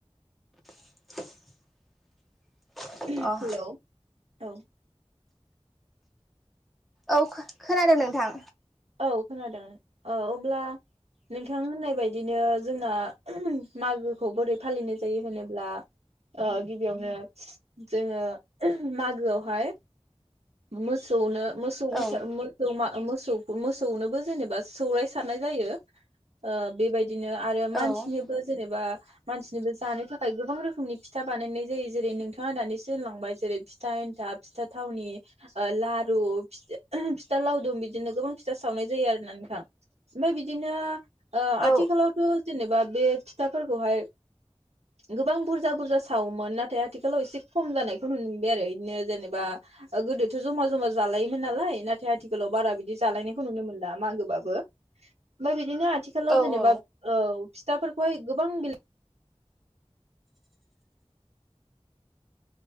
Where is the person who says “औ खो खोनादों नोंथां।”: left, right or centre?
Centre